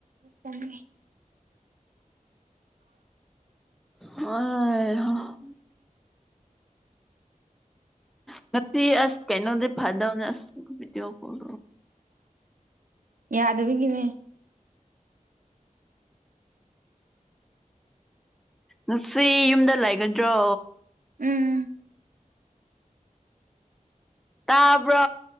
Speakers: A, on the right (about 75°); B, in the centre.
A: ꯆꯪꯦ
B: ꯑ ꯉ ꯑꯁ ꯀꯩꯅꯩꯅꯗꯤ ꯐꯥꯗꯗꯤꯑꯣ ꯀꯣꯜ
A: ꯌꯥꯗꯕꯒꯤꯅꯦ
B: ꯉꯁꯤ ꯌꯨꯝꯗ ꯂꯩꯒꯗ꯭ꯔꯣ
A: ꯎꯝ
B: ꯇꯕꯣ